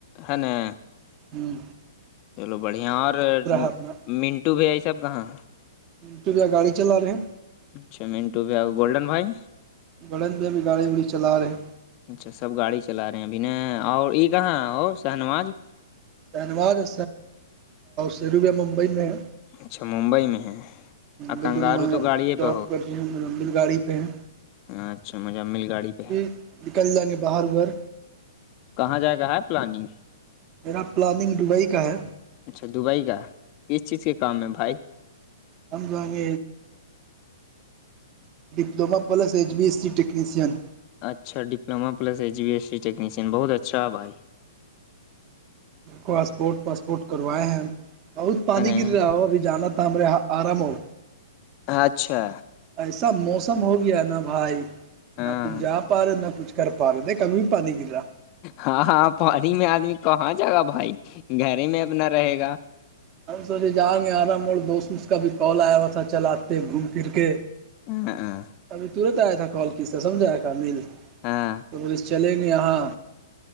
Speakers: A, on the left; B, on the right.
A: ہے نا
B: ہوں
A: چلو بڑھیا اور
B: اپنا
A: منٹو بھی یہ سب کہاں
B: تویا گاڑی چلا رہے ہیں
A: اچھا مٹو بھی گولڈن بھائی
B: گڑن میں ابھی گاڑی ووڑی چلا رہے ہیں
A: اچھا سب گاڑی چلا رہے ہیں ابھی ن اور یہ کہاں ہو شہ نواز
B: سنواد ہے سیروبیہ ممبئی میں ہے ہ
A: اچھا ممبئی میں ہے اور
B: ب
A: کنگارو
B: دونوں وہاں
A: تو گاڑی
B: ڈاپ
A: پہ
B: کر رہے ہیںبل گاڑی پہ ہیں
A: ہاںچھا مجھے مل گاڑی پہ
B: بھی
A: ہے
B: نکل جائیں گے باہر اھر
A: کہاں جائے گا ہے پلاننگ
B: میرا پلاننگ دبئی کا ہے
A: اچھا دبئی کا کس چیز کے کام ہے بھائی
B: سمجھوا گ diploma plus H B S C technician
A: اچھا diploma plus E B S س ٹیکنیشن بہت اچھا بھائی
B: پاسپورٹ واسپورٹ کروائے ہیں بہت پانی
A: ہے نا
B: گر رہا ہو ابھی جانا اسام رہیاا آرامڑ
A: اچھا
B: ایسا موسم ہو گیا نا بھائی
A: ہاں
B: نہ کچھ جا پا رہے نہ کچھ کر پا رہے دیک کبھی پانی گرا
A: ہاں ہاں پانی میں آدمی کہاں جائے گا بھائی گھر میں اپنا رہے گا
B: ہم ہم سوچے جائیں گے آرام اور دوست اس کا بھی کال آیا ہوا تھا چلاتتے گھوم پھر کے
A: ا <unintelligible>
B: ابھی ترت آیا تھا کال کس سے سمجھایا تھا میل
A: ہاں
B: تو بس چلیں گے یہاں